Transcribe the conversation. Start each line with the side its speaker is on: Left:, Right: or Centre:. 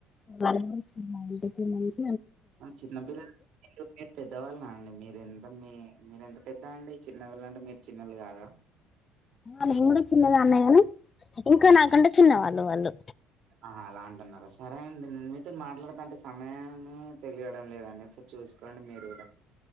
Left: భయమేస్తుందండీ <inaudible>
Right: చిన్న పిల్లలు పెద్దవాళ్ళనా అండి మీరెంత మీ మీరంటే పెద్ద అండి చిన్నవాళ్ళు అంటే మీరు చిన్నళ్ళు కాదా
Left: మేము కూడా చిన్నదాన్నే కదా, కానీ నాకంటే చిన్నవాళ్ళు వాళ్ళు
Right: ఆ అలా అంటున్నారు సరే అండి నేను మీతో మాట్లాడతా అంటే సమయమే తెలియడం లేదండి చూసుకోండి మీరు కూడా